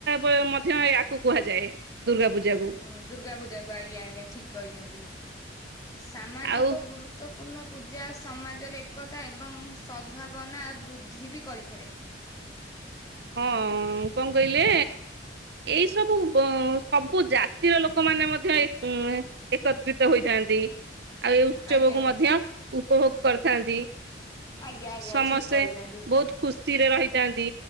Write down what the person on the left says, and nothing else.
ହୁଁ ଦୁର୍ଗା ପୂଜା କୁ ଆଜ୍ଞା ଆଜ୍ଞା ଠିକ କହିଛନ୍ତି। ସାମାଜିକ
ଗୁରୁ ମହତପୂର୍ଣ୍ଣ ପୂଜା ସମାଜରେ ଏକତା ଏବଂ ସଦ୍ଭାବନା ବୃଦ୍ଧି ବି କରିଥାଏ।
ଆଜ୍ଞା
ଆଜ୍ଞା ଆଜ୍ଞା ଆଜ୍ଞା
ଠିକ କହିଛନ୍ତି